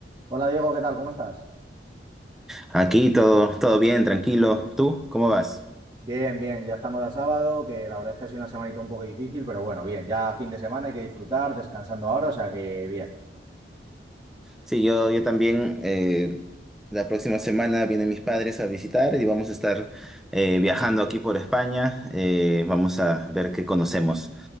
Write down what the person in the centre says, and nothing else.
Aquí todo, todo bien, tranquilo. ¿Tú cómo vas?
Sí, yo, yo también. eh, la próxima semana vienen mis padres a visitar y vamos a estar eh, viajando aquí por España. Eh, vamos a ver qué conocemos.